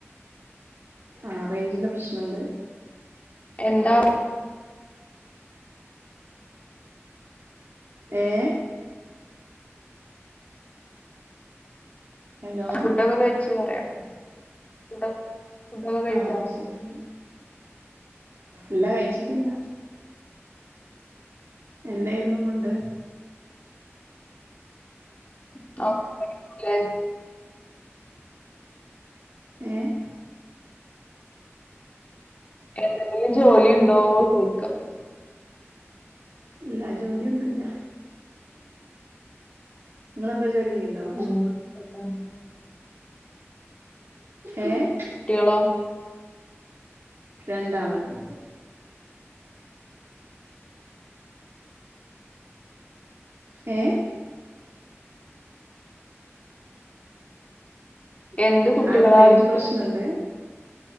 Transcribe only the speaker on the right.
ആ റേഞ്ചിന്റെ പ്രശ്നണ്ട്
ഏഹ് ഹലോ
ആഹ് അയ് ശരി. ഇല്ല കഴിച്ചിട്ടില്ല. എന്തായിരുന്നു ഫുഡ്ഡ്.
ഏഹ്
ഇല്ല ജോലിയൊന്നുല്ല ഇങ്ങെളെന്താ ജോലി ചെയ്യു ലൊ
എഹ്
രണ്ടാള്ണ്ട്. ഏഹ്
ആട റൈഞ്ച്
പ്രശ്നണ്ട്.